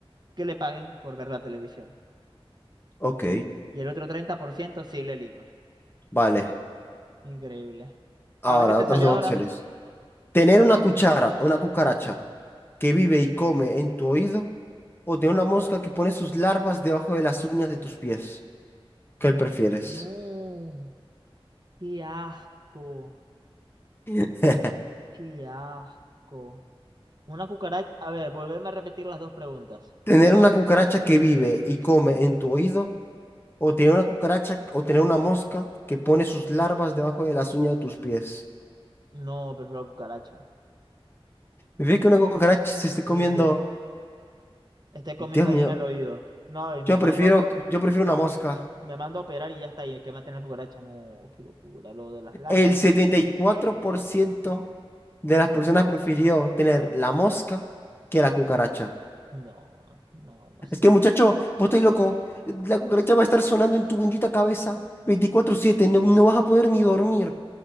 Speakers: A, on the right; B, on the left.
A: que le paguen por ver la televisión.
B: Ok,
A: Y el otro 30% sí lee libros.
B: vale.
A: Increíble.
B: Ahora,
A: A ver qué te
B: otras
A: salió
B: dos
A: ahora.
B: opciones. Tener una cuchara, una cucaracha que vive y come en tu oído, o tener una mosca que pone sus larvas debajo de las uñas de tus pies. ¿Qué prefieres?
A: No, qué asco,
B: <laughs>
A: qué asco. Una cucaracha. A ver, volverme a repetir las dos preguntas.
B: Tener una cucaracha que vive y come en tu oído, o tener una cucaracha o tener una mosca que pone sus larvas debajo de las uñas de tus pies.
A: No, prefiero la cucaracha.
B: Me fíjate que una cucaracha se esté
A: Sí,
B: comiendo.
A: sí. Esté comiendo
B: Dios
A: ahí
B: mío,
A: en el oído. No, y me
B: yo
A: mando,
B: prefiero, yo prefiero una mosca.
A: Me mando a operar y ya está. Y que maten la cucaracha. No, qué locura. Lo de las larvas.
B: El 74% de las personas prefirió tener la mosca que la cucaracha.
A: No, no, no sé.
B: Es que, muchacho, vos estás loco. La cucaracha va a estar sonando en tu bendita cabeza veinticuatro siete No, no vas a poder ni dormir,